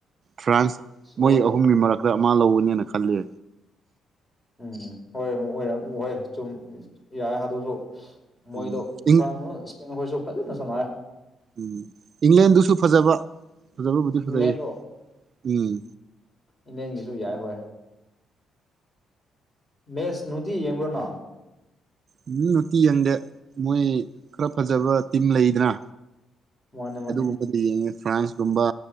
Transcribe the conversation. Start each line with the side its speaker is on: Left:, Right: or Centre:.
Right: ꯐ꯭ꯔꯥꯟꯁ ꯃꯣꯏ
Left: ꯍꯣꯏ
Right: ꯑꯍꯨꯝꯒꯤ ꯃꯔꯛꯇ ꯃꯥ ꯂꯧꯒꯅꯦꯅ ꯈꯜꯂꯦ
Left: ꯎꯝ ꯍꯣꯏ ꯑꯃꯨꯛ ꯑꯣꯏꯔꯦ ꯑꯃꯨꯛ ꯑꯣꯢ ꯁꯨꯝ ꯌꯥꯔ ꯑꯗꯨꯁꯨ ꯃꯣꯏꯗꯣ
Right: ꯎꯝ ꯏꯪ
Left: ꯈꯔꯃ ꯁ꯭ꯄꯦꯟ ꯍꯣꯏꯁꯨ ꯐꯖꯟꯅ ꯁꯥꯟꯅꯩꯌꯦ
Right: ꯎꯝ ꯏꯪꯂꯦꯟꯗꯨꯁꯨ ꯐꯖꯕ ꯐꯖꯕꯕꯨꯗꯤ ꯐꯖꯩꯌꯦ
Left: ꯏꯪꯂꯦꯟꯗꯣ
Right: ꯎꯝ
Left: ꯏꯪꯂꯦꯟꯒꯤꯁꯨ ꯌꯥꯏ ꯍꯣꯏ ꯃꯦꯁ ꯅꯨꯡꯇꯤ ꯌꯦꯡꯕ꯭ꯔꯣ ꯅꯪ
Right: ꯎꯝ ꯅꯨꯡꯇꯤ ꯌꯦꯡꯗꯦ ꯃꯣꯏ ꯈꯔ ꯐꯖꯕ ꯇꯤꯝ ꯂꯩꯗꯅ
Left: ꯃꯥꯅꯦ ꯃꯥꯅꯦ
Right: ꯑꯗꯨꯒꯨꯝꯕꯗꯦ ꯌꯦꯡꯉꯦ ꯐ꯭ꯔꯥꯟꯁꯀꯨꯝꯕ